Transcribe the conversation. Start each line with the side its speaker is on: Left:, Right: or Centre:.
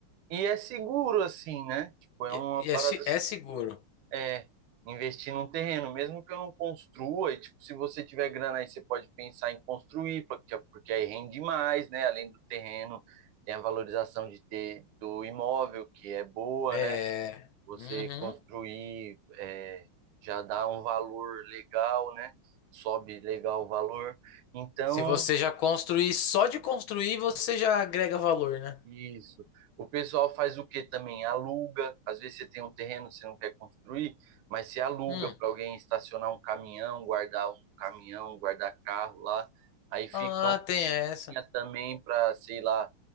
Right: e é seguro assim, né? Tipo, é
Left: E,
Right: uma
Left: e
Right: parada
Left: é, se- é seguro.
Right: é investir num terreno, mesmo que eu não construa, e tipo, se você tiver grana aí, você pode pensar em construir, porque, porque aí rende mais, né? Além do terreno, tem a valorização de ter do imóvel, que é boa,
Left: É.
Right: né? Você
Left: Uhum.
Right: construir é, já dá um valor legal, né? Sobe legal o valor. Então,
Left: Se você já construir, só de construir você já agrega valor, né?
Right: Isso. O pessoal faz o que também? Aluga. Às vezes você tem um terreno que você não quer construir, mas você aluga
Left: Hum.
Right: para alguém estacionar um caminhão, guardar um caminhão, guardar carro lá. Aí fica
Left: Ah,
Right: um
Left: tem essa.
Right: dinheiro também para, sei lá,